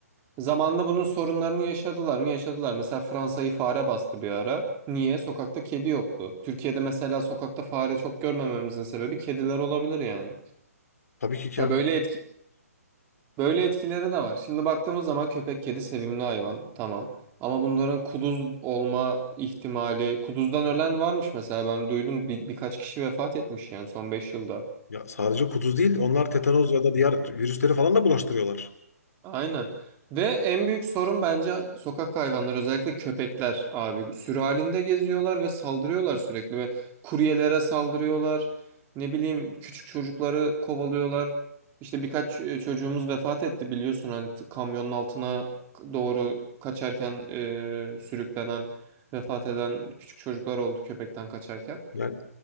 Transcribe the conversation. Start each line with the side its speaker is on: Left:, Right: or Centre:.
Right: Zamanında bunun sorunlarını yaşadılar mı? Yaşadılar. Mesela Fransa'yı fare bastı bir ara. Niye? Sokakta kedi yoktu. Türkiye'de mesela sokakta fare çok görmememizin sebebi kediler olabilir yani.
Left: Tabii ki kamp.
Right: Ya böyle etki böyle etkileri de var. Şimdi baktığımız zaman köpek kedi sevimli hayvan. Tamam. Ama bunların kuduz olma ihtimali, kuduzdan ölen varmış mesela ben duydum bir, birkaç kişi vefat etmiş yani son 5 yılda.
Left: Ya sadece kuduz değil, onlar tetanoz ya da diğer virüsleri falan da bulaştırıyorlar.
Right: Aynen. Ve en büyük sorun bence sokak hayvanları özellikle köpekler abi. Sürü halinde geziyorlar ve saldırıyorlar sürekli ve kuryelere saldırıyorlar. Ne bileyim küçük çocukları kovalıyorlar. İşte birkaç e, çocuğumuz vefat etti biliyorsun hani t- kamyonun altına k- doğru kaçarken e, sürüklenen vefat eden küçük çocuklar oldu köpekten kaçarken.
Left: Yani